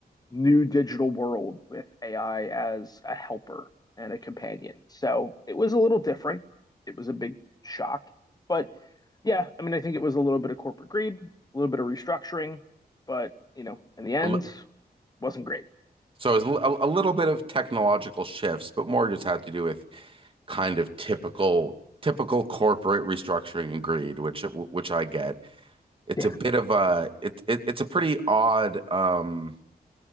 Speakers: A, on the left; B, on the right.
A: new digital world with AI as a helper and a companion. So it was a little different. It was a big shock. But yeah, I mean, I think it was a little bit of corporate greed, a little bit of restructuring, but, you know, in the end,
B: A li-
A: wasn't great.
B: So it was a, a little bit of technological shifts, but more just had to do with kind of typical typical corporate restructuring and greed, which which I get. It's
A: Yeah,
B: a bit of a it, it it's a pretty odd um,